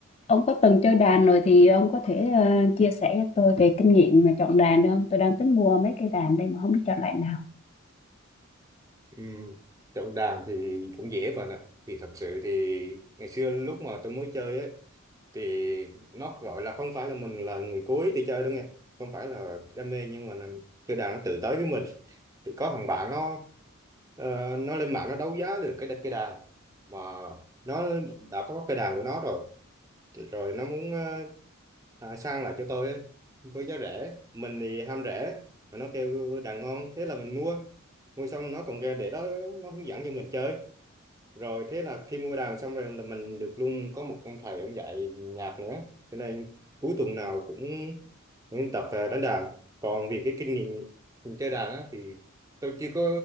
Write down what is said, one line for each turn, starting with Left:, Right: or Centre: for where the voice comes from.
Left: ông có từng chơi đàn rồi thì ông có thể à, chia sẻ cho tôi về kinh nghiệm mà chọn đàn được không tôi đang tính mua mấy cây đàn đây mà không biết chọn loại nào
Right: ừ. Chọn đàn thì cũng dễ bạn ạ thì thật sự thì ngày xưa lúc mà tôi mới chơi ấy thì nó gọi là không phải là mình là người cuối đi chơi đâu nghe không phải là đam mê nhưng mà là chơi đàn nó tự tới với mình thì có thằng bạn nó ờ, nó lên mạng nó đấu giá được cái cái đàn mà nó đã có cái đàn của nó rồi Thì rồi nó muốn ờ, à, sang lại cho tôi ấy, với giá rẻ mình thì ham rẻ mà nó kêu đàn ngon thế là mình mua mua xong nó còn ra để đó nó hướng dẫn cho mình chơi rồi thế là khi mua đàn xong rồi là mình được luôn có một ông thầy ông dạy nhạc nữa cho nên cuối tuần nào cũng, cũng tập à, đánh đàn còn vì cái kinh nghiệm mình chơi đàn á, thì tôi chưa có